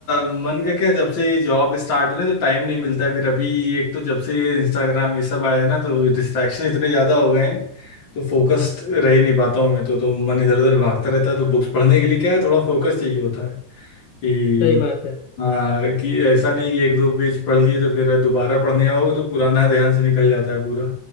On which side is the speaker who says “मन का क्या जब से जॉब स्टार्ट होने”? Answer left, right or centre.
Left